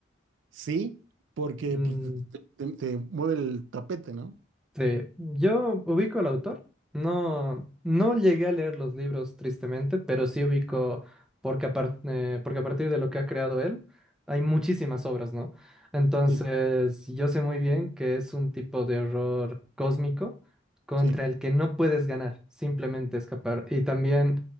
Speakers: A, on the right; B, in the centre.
A: Sí, porque
B: Mm,
A: pues, te, te- te mueve el tapete, ¿no?
B: Sí, yo ubico al autor. No, no llegué a leer los libros, tristemente, pero sí ubico, porque, apar- eh, porque a partir de lo que ha creado él, hay muchísimas obras, ¿no? Entonces,
A: Sí,
B: yo sé muy bien que es un tipo de horror cósmico contra
A: sí,
B: el que no puedes ganar, simplemente escapar. Y también